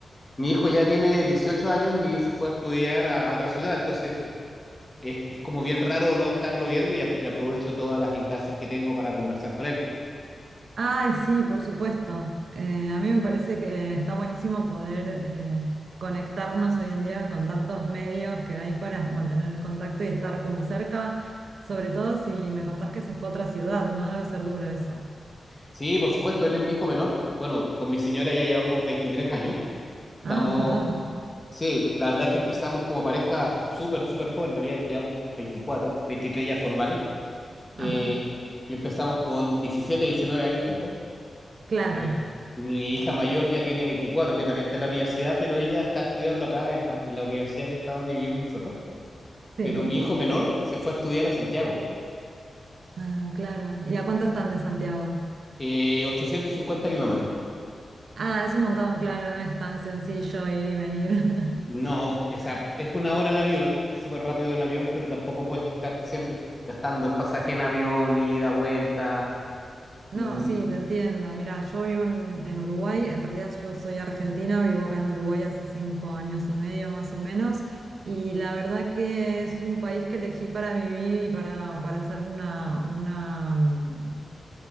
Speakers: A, on the left; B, on the right.
A: mi hijo ya tiene 18 años y se fue a estudiar a otra ciudad. Entonces es, es como bien raro no estarlo viendo y, a- y aprovecho todas las instancias que tengo para conversar con él.
B: Ay, sí, por supuesto. Eh, a mí me parece que está buenísimo poder eh, conectarnos hoy en día con tantos medios que hay para mantener el contacto y estar como cerca, sobre todo si me contás que se fue a otra ciudad, ¿no? Debe ser duro eso.
A: Sí, por supuesto, él es mi hijo menor. Bueno, con mi señora ya llevamos 23 años. Estamos,
B: Ah, un montón.
A: sí, la verdad que empezamos como pareja súper, súper joven. En realidad llevamos 24, 23 ya formales.
B: Ajá.
A: Eh, empezamos con 17 19 años juntos.
B: Claro.
A: Eh, mi hija mayor ya tiene 24 que también está en la universidad, pero ella está estudiando acá en la, en la universidad que está donde vivimos nosotros.
B: Sí.
A: Pero mi hijo menor se fue a estudiar a Santiago,
B: Ah, claro. ¿Y a cuánto están de Santiago?
A: eh, 850 kilómetros.
B: Ah, es un montón, claro, no es tan sencillo ir y venir. <laughs>
A: No, o sea, es una hora en avión, es súper rápido en avión, pero tampoco puedes estar siempre gastando en pasaje en avión, ida, vuelta.
B: No,
A: Y
B: sí, te entiendo. Mira, yo vivo en, en Uruguay, en realidad yo soy argentina, vivo acá en Uruguay hace cinco años y medio más o menos, y la verdad que es un país que elegí para vivir y para, para hacer una, una, mm,